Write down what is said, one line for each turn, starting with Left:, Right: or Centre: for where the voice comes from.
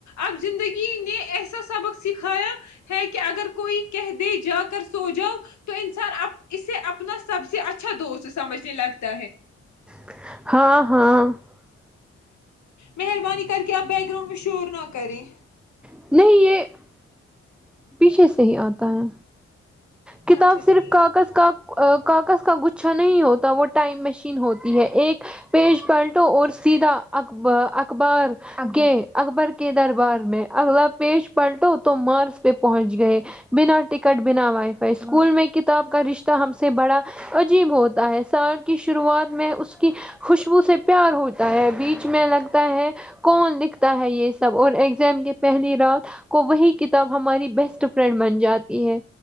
Left: اب زندگی نے ایسا سبق سکھایا ہے کہ اگر کوئی کہہ دے جا کر سو جاؤ تو انسان اسے اپنا سب سے اچھا دوست سمج <unintelligible>
Centre: <unintelligible>
Left: مہربانی کر کے آپ بیک گراؤنڈ میں شور نہ کریں
Centre: <unintelligible> پیچھے سے ہی آتا ہے کتاب
Left: اچھا
Centre: صرف
Left: ٹھیک
Centre: کاغذ کا کاغذ کا گچھا نہیں ہوتا وہ ٹائم مشین ہوتی ہے ایک پیج پلٹو اور سیدھا ا اخبار کے اکبر کے دربار میں اگلا پیج پلٹو تو مارس پہ پہنچ گئے بنا ٹکٹ بنا وائے اسکول میں کتاب کا رشتہ ہم سے بڑا عجیب ہوتا ہے سال کی شروعات میں اس کی خوشبو سے پیار ہوتا ہے بیچ میں لگتا ہے کون لکھتا ہے یہ سب اور ایگزام کے پہلی رات کو وہی کتاب ہماری بیسٹ فرینڈ بن جاتی ہے